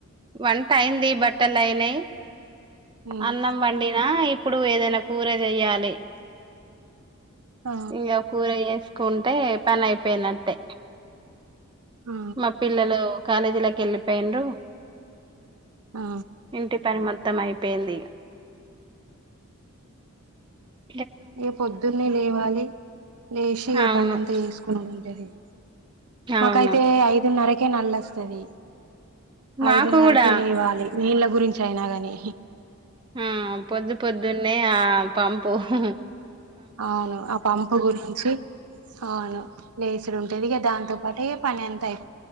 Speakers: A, on the right; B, on the right.
A: వంట అయింది బట్టలు అయినయి
B: ఉమ్
A: అన్నం వండినా ఇ ప్పుడు ఏదైనా కూర చెయ్యాలి
B: ఆ
A: ఇయ్య కూర ఏస్ కొంటే పని అయిపోయినట్టే
B: ఆ
A: మా పిల్లలు కాలేజ్ లొకి ఎళ్ళి పేయిన్రు
B: ఆ
A: ఇంటి పని మరి మొత్తం అయిపోయింది ఇగ
B: ఎ పొద్దున్నే లేవాలి లేషి ఇగ
A: అవును
B: పని అంతా చేసుకోవాలి పది <inaudible>
A: అవును
B: మాకా అయితే ఐదున్నరకే నల్ల వస్తాది.
A: మాకు
B: ఐదున్నరకే
A: కూడా
B: లేవాలి నీళ్ళ గురించి అయినా గాని
A: ఆ పొద్దు పొద్దున్నే ఇగ ఆ పంపు ఉహు
B: అవును ఆ పంపు గురించి అవును లేసి ఇదీ ఉంటుంది గదా దాంతో పాటు పని అంత అయి